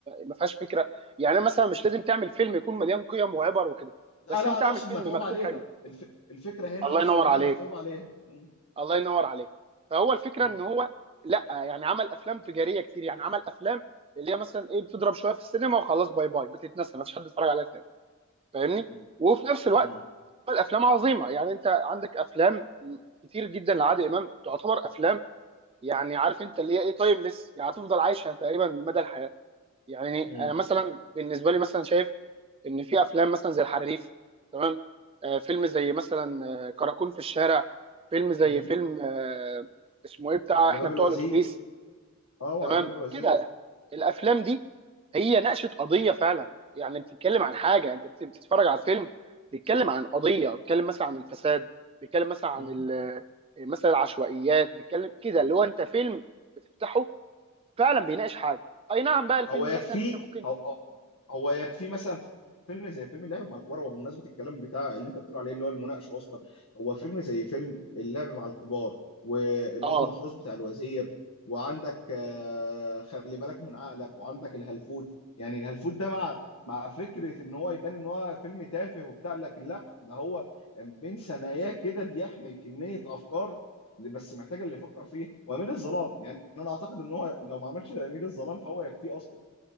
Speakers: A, on the right (about 25°); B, on the left (about 75°).
A: ما فيهاش فكره يعني أنا مثلا مش لازم تعمل فيلم يكون مليان قيم وعبر وكده
B: لا
A: بس
B: لا
A: انت
B: انا
A: اعمل
B: اقصد
A: فيلم
B: متعوب
A: مكتوب
B: عليها
A: حلو
B: الف... الفكره هنا
A: الله
B: اقصد
A: ينور
B: انها
A: عليك
B: متعوب عليها مم،
A: الله ينور عليك فهو الفكره
B: مم،
A: ان هو لا يعني عمل افلام تجاريه كتير يعني عمل افلام اللي هي مثلا ايه بتضرب شويه في السينما وخلاص باي باي بتتنسى ما فيش حد يتفرج عليها تاني فاهمني
B: مم،
A: وفي نفس الوقت
B: مم،
A: الافلام عظيمه يعني انت عندك افلام كتير جدا لعادل امام تعتبر افلام يعني عارف انت اللي هي ايه تايمليس يعني هتفضل عايشه تقريبا مدى الحياه يعني
B: مم،
A: انا مثلا بالنسبه لي مثلا شايف ان في افلام مثلا زي الحريف تمام آه فيلم زي مثلا آه كراكون في الشارع فيلم زي
B: مم.
A: فيلم آه اسمه ايه بتاع
B: على
A: احنا
B: باب
A: بتوع
B: الوزير
A: الاتوبيس
B: اه وعلى
A: تمام
B: باب الوزير
A: كده الافلام دي هي ناقشت قضيه فعلا يعني بتتكلم
B: مم.
A: عن حاجه انت بت- بتتفرج على فيلم بيتكلم عن قضيه بيتكلم مثلا عن الفساد بيتكلم مثلا عن
B: مم.
A: ال- آه، مثلا العشوائيات بيتكلم كده اللي هو انت فيلم بتفتحه فعلا بيناقش حاجه اي نعم بقى الفيلم
B: هو يكفيه
A: مثلا انت ممكن
B: هو هو يكفيه مثلا فيلم زي فيلم اللعب مع الكبار هو بمناسبه الكلام بتاع اللي انت بتقول عليه اللي هو المناقشه اصلا هو فيلم زي فيلم اللعب مع الكبار والواد
A: اه
B: محروس بتاع الوزير وعندك آه، خلي بالك من عقلك وعندك الهلفوت يعني الهلفوت ده مع مع فكره ان هو يبان ان هو فيلم تافه وبتاع لكن لا ده هو بين ثناياه كده بيحمل كميه افكار اللي بس محتاج اللي يفكر فيه وامير الظلام يعني انا اعتقد ان هو لو ما عملش امير الظلام فهو يكفيه اصلا